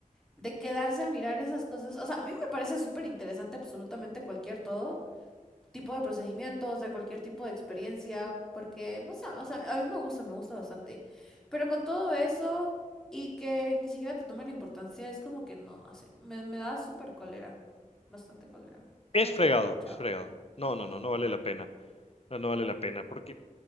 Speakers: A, in the centre; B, on the left.
A: de quedarse a mirar esas cosas. O sea, a mí me parece súper interesante absolutamente cualquier todo tipo de procedimiento, o sea, cualquier tipo de experiencia, porque, no sé, o sea, a mí me gusta, me gusta bastante. Pero con todo eso y que ni siquiera te tome la importancia, es como que no, no sé, me, me da súper cólera, bastante cólera.
B: Es
A: Como
B: fregado,
A: que, chao.
B: es fregado. No,
A: Ujú.
B: no, no, no vale la pena. No, no vale la pena, porque